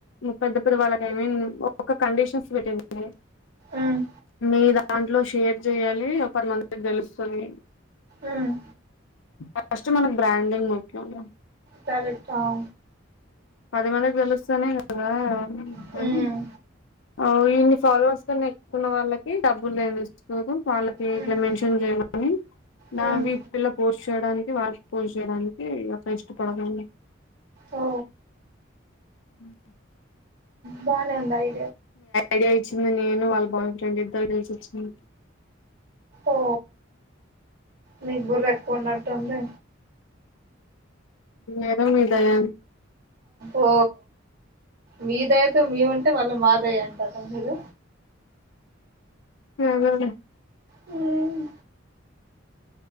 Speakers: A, on the left (about 65°); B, on the right (about 50°).
A: పెద్ద వాళ్ళకి ఐ మీన్ ఒక కండిషన్స్ పెట్టినా
B: ఉమ్,
A: మీ దాంట్లో షేర్ చేయాలి ఒక పది మందికి తెలుస్తుంది
B: ఉమ్,
A: ఫస్ట్ మనకు బ్రాండింగ్ ముఖ్యంగా
B: సరే చావు
A: పది మందికి తెలుస్తనే కదా ఆ ఎన్నయినై
B: ఉమ్
A: అన్నైనై ఆ ఇన్ని ఫాలోవర్స్ కన్నా ఎక్కువ ఉన్న వాళ్ళకి డబ్బులుఏమి ఇస్తున్నారు వాళ్ళకి
B: ఉమ్,
A: ఇట్లా మెన్షన్ చేయమని నవ్విపిల్ల
B: ఉమ్.
A: పోస్ట్ చేయడానికి వాటి పూజ చేయడానికి ఈ అక్క ఇష్టపడదు
B: ఓ
A: ఉహు
B: బానే ఉండాయి
A: ఐడియా ఇచ్చింది నేను వాళ్ళ బాయ్ ఫ్రెండ్ ఇద్దరు కలిసి ఇచ్చింది
B: ఓ మీకు బుర్ర ఎక్కువ ఉన్నట్టుంది
A: ఎదో మీ దయ
B: ఓ మీ దయతో మేము వుం అంటే వాళ్ళ మా దయ అంటర మీరు
A: సరేలే
B: హ్మ్